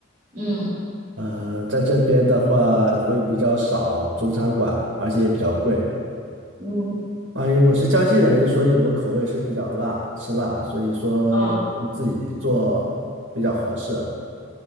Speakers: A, on the right; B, on the right.
A: 嗯
B: 呃，在这边的话会比较少中餐馆，而且也比较贵。
A: 嗯
B: 啊，因为我是江西人，所以我口味是比较辣，吃辣，所以说我们自己做比较合适。
A: 哦，